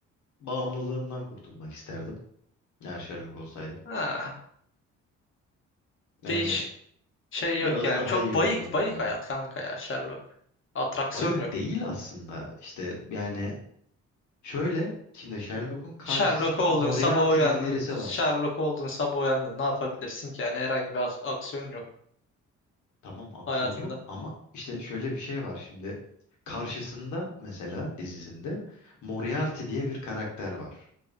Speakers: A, on the left (about 75°); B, on the left (about 40°).
A: Bağımlılığımdan kurtulmak isterdim. Eğer Sherlock olsaydım.
B: Ha,
A: Yani
B: değiş şey yok
A: biraz
B: yani.
A: daha
B: Çok
A: iyi
B: bayık
A: olurdu
B: bayık
A: o zaman.
B: hayat kanka ya Sherlock. Atraksiyon
A: Bayık
B: yok.
A: değil aslında. İşte yani Şöyle şimdi Sherlock'un karşısında
B: Sherlock oldun
A: Moriarty
B: sabah uyandın.
A: gibi birisi
B: Sherlock
A: var.
B: oldun sabah uyandın. Ne yapabilirsin ki? Yani herhangi bir as- aksiyon yok
A: Tamam aksiyon
B: hayatında.
A: yok ama işte şöyle bir şey var şimdi. Karşısında mesela dizisinde Moriarty diye bir karakter var